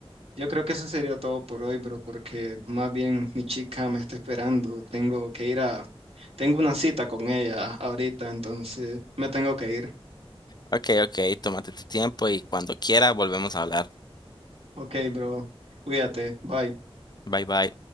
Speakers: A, on the right; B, on the left.
A: yo creo que eso sería todo por hoy, bro, porque más bien mi chica me está esperando. Tengo que ir a, tengo una cita con ella ahorita, entonces me tengo que ir.
B: ok, ok, tómate tu tiempo y cuando quiera volvemos a hablar.
A: Ok, bro, cuídate, bye.
B: Bye, bye.